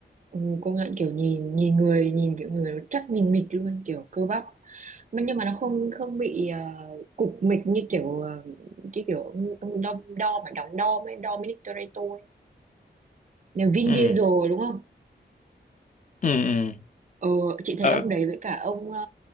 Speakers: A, on the right (about 40°); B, on the left (about 40°).
A: ừ, công nhận kiểu nhìn nhìn người nhìn kiểu người nó chắc nhìn mịch luôn kiểu cơ bắp mà nhưng mà nó không không bị ờ, cục mịch như kiểu ờ, cái kiểu ông, ông đo, đo mà đóng đo ấy Dominic Toretto ấy Nhà Vin
B: ừ
A: Diesel đúng không
B: ừ ừ
A: Ờ, chị thấy
B: ờ,
A: ông đấy với cả ông ờ,